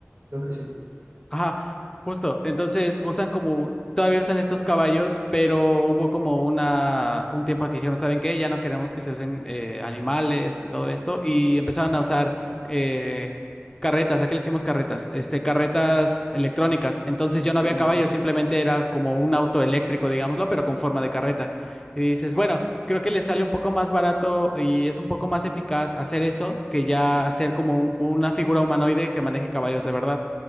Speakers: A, on the right; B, on the left.
A: creo que sí.
B: Ajá, justo. Entonces usan como, todavía usan estos caballos, pero hubo como una, un tiempo en que dijeron, ¿saben qué? Ya no queremos que se usen eh, animales y todo esto. Y empezaron a usar eh, carretas, ¿a qué le hicimos carretas? Este, carretas electrónicas. Entonces ya
A: ok,
B: no había caballos, simplemente era como un auto eléctrico, digámoslo, pero con forma de carreta. Y dices, bueno,
A: ok.
B: creo que les sale un poco más barato y es un poco más eficaz hacer eso que ya hacer como un- una figura humanoide que maneje caballos de verdad.